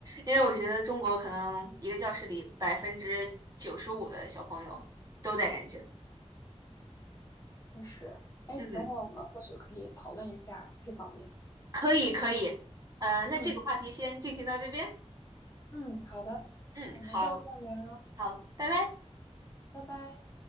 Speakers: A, on the right (about 35°); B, on the left (about 30°).
A: 因为我觉得中国可能一个教室里百分之九十五的小朋友都戴眼镜。
B: 确实，哎，
A: 嗯，
B: 等会儿我们或许可以讨论一下这方面。
A: 可以可以。呃，那这个话题先进行到这边。
B: 嗯嗯，好的，
A: 嗯，
B: 那我们下次再聊，
A: 好好，拜拜。
B: 拜拜。